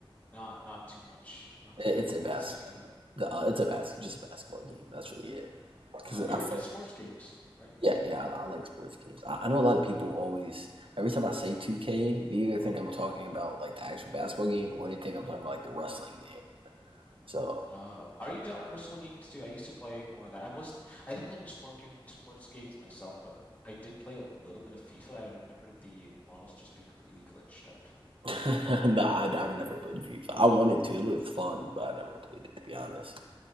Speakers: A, on the left (about 15°); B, on the right (about 65°).
A: Not, not too much. Not
B: It,
A: too much.
B: it's
A: What,
B: a bas
A: what's 2K though?
B: the uh, it's a basket, just a basketball game. That's really it. Because
A: Uh, you're
B: I
A: into
B: feel
A: sports
B: like-
A: games, right?
B: yeah, yeah, I, I like sports games. I, I know a lot of people always every time I say 2K, they either think I'm talking about like the actual basketball game or they think I'm talking about like the wrestling game. So,
A: Uh, are you into wrestling games too? I used to play more of that. I wasn't. I didn't play much sport games, sports games myself, but I did play a little bit of FIFA. I remember the models just being completely glitched out.
B: <laughs> nah, I, have never played FIFA. I wanted to. It looked fun, but I never played it to be honest.